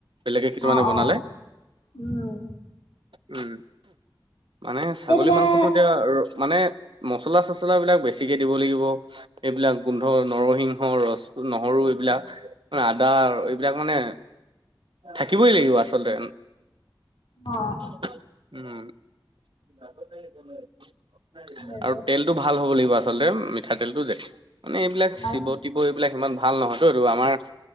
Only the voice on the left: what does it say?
অ অ
উম
এই তোমাৰ
অ
হয়
অ